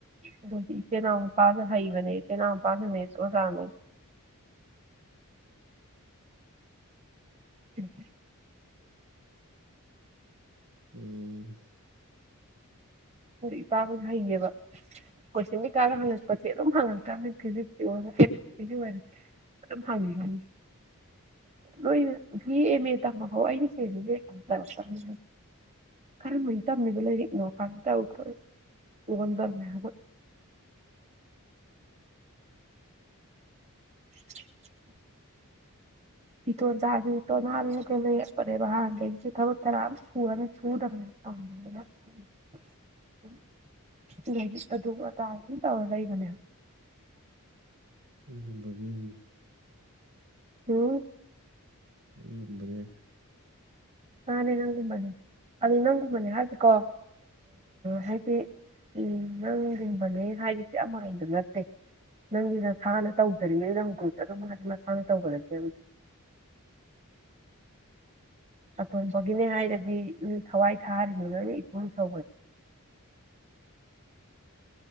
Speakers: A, on the right; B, on the right.
A: ꯑꯗꯨꯗꯤ ꯏꯆꯤꯜ ꯏꯅꯥꯎꯄꯥꯁꯨ ꯍꯩꯕꯅꯦ ꯏꯆꯤ ꯏꯅꯥꯎꯄꯥꯁꯨ ꯃꯤꯁ ꯑꯣꯖꯥꯅꯤ ꯎꯝ
B: ꯎꯝ
A: ꯏꯄꯥꯕꯨꯁꯨ ꯍꯩꯉꯦꯕ ꯀꯣꯏꯁꯤꯡ ꯏꯀꯥꯒ ꯍꯪꯉꯛꯄꯁꯦ ꯑꯗꯨꯝ ꯍꯪꯉꯛꯇꯕꯅꯦ ꯐꯤꯖꯤꯛꯁꯀꯤ ꯑꯣꯏ ꯐꯤꯒꯤ ꯑꯗꯨꯝ ꯍꯥꯡꯉꯤꯅꯤ ꯅꯣꯏꯅ ꯑꯦꯝ ꯑꯦ ꯇꯝꯃꯍ ꯑꯩꯅ ꯁꯦꯕ ꯈꯔꯝꯕꯅ ꯇꯝꯃꯤꯕ ꯂꯥꯏꯔꯤꯛ ꯅ ꯀꯥꯟꯗ ꯎꯊ ꯑꯣꯟꯗꯔꯃꯦꯕ <unintelligible> ꯏꯇꯣ ꯇꯥꯇꯅꯔꯒ ꯂꯩꯅꯦꯦꯕ ꯍꯥꯡ ꯑꯕꯨ ꯇꯔꯥꯡ ꯆꯨꯔ ꯆꯨꯗ ꯉꯅ ꯇ ꯂꯩꯥꯏꯁꯨ ꯑꯗꯨ ꯑꯥꯡ ꯁꯝ ꯇꯧꯔ ꯂꯩꯕꯅꯦ
B: ꯑꯩꯨꯝꯕꯕꯤꯟ
A: ꯎꯝ
B: ꯑꯩꯒꯨꯝꯕꯅꯦ
A: ꯅꯅꯦ ꯅꯪꯨ ꯃꯅꯦ ꯑꯗꯨ ꯅꯪ ꯃꯅꯦ ꯍꯥꯏꯦ ꯀꯣ ꯍꯥꯏꯗꯤ ꯅꯪ ꯂꯤꯡꯕꯅꯦ ꯍꯥꯏꯗꯤꯗꯤꯤ ꯑꯃꯔꯣꯗ ꯅꯠꯇꯦ ꯅꯪꯗꯤ ꯅꯁꯥꯅ ꯇꯧꯗꯔꯤꯉꯩꯗ ꯒ꯭ꯔꯨꯠ ꯑꯗꯨꯝ ꯍꯥꯏꯗꯤ ꯃꯁꯥꯅ ꯇꯧꯒ ꯅꯠꯇꯦ ꯑꯗꯨ ꯑꯇꯣꯏꯕꯒꯤꯅꯦ ꯍꯥꯏꯔꯗꯤ ꯊꯋꯥꯏ ꯊꯥꯔꯤ ꯌꯦꯉꯥꯏꯗꯤ ꯏꯄ ꯁꯦ